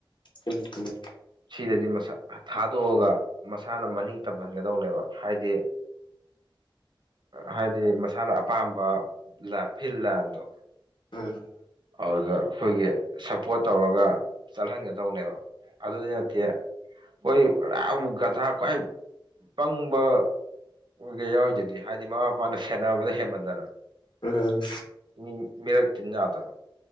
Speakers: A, on the left; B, on the right.
A: <unintelligible>
B: ꯁꯤꯗꯗꯤ ꯃꯁꯥ ꯊꯥꯗꯣꯛꯑꯒ ꯃꯁꯥꯅ ꯃꯅꯤꯡ ꯇꯝꯍꯟꯒꯗꯧꯅꯦꯕ ꯍꯥꯏꯗꯤ ꯍꯥꯏꯗꯤ ꯃꯁꯥꯅ ꯑꯄꯥꯝꯕ ꯂꯥꯏꯐ ꯐꯤꯜ ꯂꯥꯟꯗꯣ
A: ꯎꯝ
B: ꯑꯗꯨꯗ ꯑꯈꯣꯏꯒꯤ ꯁꯞꯄꯣꯔꯠ ꯇꯧꯔꯒ ꯆꯠꯍꯟꯒꯗꯧꯅꯦꯕ ꯑꯗꯨꯗꯤ ꯅꯠꯇꯦ ꯈꯣꯏ ꯄꯨꯔꯥ ꯒꯥꯙꯥ ꯈ꯭ꯋꯥꯏ ꯄꯪꯕ ꯒꯥ ꯌꯥꯎꯔꯤꯖꯤꯗꯤ ꯍꯥꯏꯗꯤ ꯃꯃꯥ ꯃꯄꯥꯅ ꯁꯦꯟꯅꯕꯗ ꯍꯦꯟꯃꯟꯗꯅ
A: ꯎꯝ
B: ꯃꯤ ꯃꯤꯔꯛꯇꯤꯟ ꯌꯥꯗꯕ